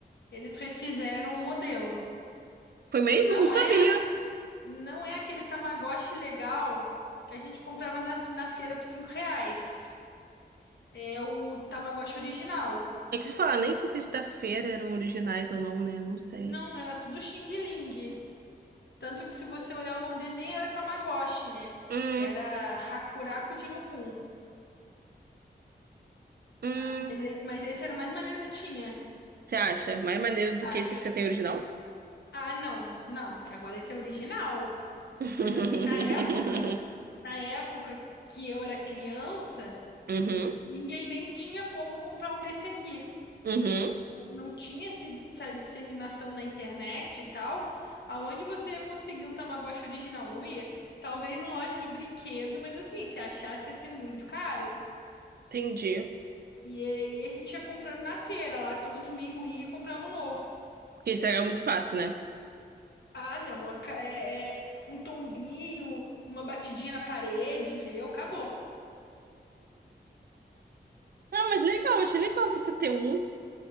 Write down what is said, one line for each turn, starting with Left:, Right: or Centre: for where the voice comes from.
Left: eles refizeram o modelo.
Right: Foi mesmo?
Left: Não
Right: Não sabia.
Left: é, não é aquele Tamagotchi legal que a gente comprava na, na feira por 5 reais. É o Tamagotchi original.
Right: É que tu falar, nem sei se sexta-feira eram originais ou não, né? Não sei.
Left: Não, era tudo Xing Ling. Tanto que se você olhar o nome dele nem era Tamagotchi, né?
Right: Hum,
Left: Era Hakuraku Jirokun.
Right: hum.
Left: Ah, mas, é- mas esse era o mais maneiro que tinha,
Right: Você acha mais maneiro do
Left: acho.
Right: que esse que você tem original?
Left: Ah, não, não, porque agora esse é original.
Right: <laughs>
Left: Mas assim, na época, na época que eu era criança,
Right: Uhum,
Left: ninguém nem tinha como comprar um desse aqui.
Right: uhum.
Left: Como não tinha esse- essa disseminação na internet e tal, aonde você ia conseguir um Tamagotchi original? Não ia? Talvez em loja de brinquedo, mas assim, se achasse ia ser muito caro.
Right: Entendi.
Left: E aí a gente ia comprando na feira lá, todo domingo ia e comprava um novo.
Right: Porque estragar é muito fácil, né?
Left: Ah, meu amor, ca- é, é um tombinho, uma batidinha na parede, entendeu? Acabou.
Right: Ah, mas legal, achei legal você ter um.